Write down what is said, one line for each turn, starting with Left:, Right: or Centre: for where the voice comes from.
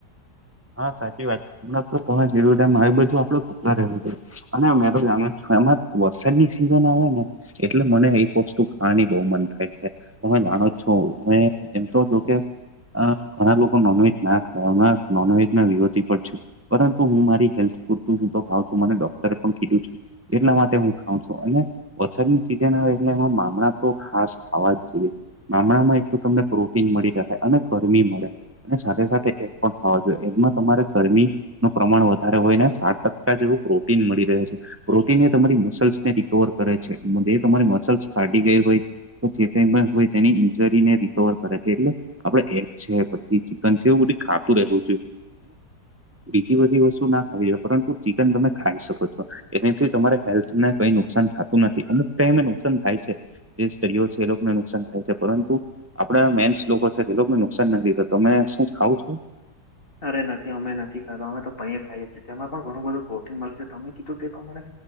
Right: હા સાચી વાત, હમણાં તો તમે કીધું તેમ હવે બધું આપડું લીધે અને મે તો જાણુજ છુ, એમાં વરસાદની સિઝન આવે ને એટલે મને એક વસ્તુ ખાવાની બહુ મન થાય છે, તમે જાણો છો એમ તો જો કે અ ઘણા લોકો નોનવેજ ના ખાય હમણાં નોનવેજના વિરોધી પણ છે. પરંતુ હું મારી હેલ્થ પૂરતું હું તો ખાઉ છું. મને ડોક્ટરે પણ કીધું છે એટલા માટે હું ખાઉં છું અને વરસાદની સીઝન આવે એટલે એમાં મામણા તો ખાસ ખાવા જ જોઈએ. મામણાં એક તો તમને પ્રોટીન મળી રહે અને ગરમી મળે અને સાથે સાથે એક પણ હા જોઈએ એક મા તમારે ગરમી નું પ્રમાણ વધારે હોય ને સાત ટકા જેવું પ્રોટીન મળી રહે છે. પ્રોટીન એ તમારી મસલ્સ ને રિકવર કરે છે. જે તમારી મસલ્સ ફાટી ગઈ હોય જે કઈ પણ હોય તેની ઇન્જરીને રિકવર કરે છે એટલે આપડે એગ છે પછી ચિકન છે એવું બધી ખા તું રેતુ છે. બીજી બધી વસ્તુ ના ખાવી છે પરંતુ ચિકન તમે ખાઈ શકો છો. એનાથી તમારે હેલ્થને કઈ નુકસાન થતું નથી. અમુક ટાઈમે નુકસાન થાય છે. જે સ્ત્રીઓ છે એ લોકોને નુકસાન થાય છે. પરંતુ આપણા મેન્સ લોકો છે તે લોકોને નુકસાન નથી થતું તમે શું ખાવ છો.
Left: અરે નથી અમે નથી ખાધા. અમે તો પનીર ખાઈએ તેમાં પણ ઘણું બધું પ્રોટીન મળે છે તમે કીધું તે પ્રમાણે